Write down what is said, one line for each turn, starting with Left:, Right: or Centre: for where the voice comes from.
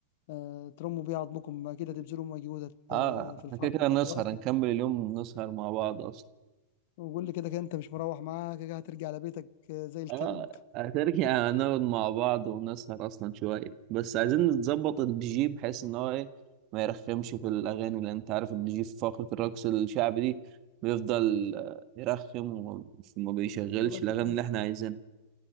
Left: أه ترموا بيها عظمكم كده تبذلوا مجهودك
Right: اه
Left: آه، في
Right: احنا
Left: الفرح
Right: كده كده نسهر
Left: والرقص
Right: نكمل اليوم نسهر مع بعض اصلا
Left: وقول لي كده كده انت مش مروح معاك كده هترجع لبيتك آه، زي الكلب
Right: اه هترجع يعني نقعد مع بعض ونسهر اصلا شويه بس عايزين نظبط الدي جي بحيث ان هو ايه ما يرخمش في الاغاني لان انت عارف الدي جي في فقره الرقص الشعبي دي بيفضل آه، يرخم وما وما بيشغلش
Left: يا باشا
Right: الاغاني اللي احنا عايزينها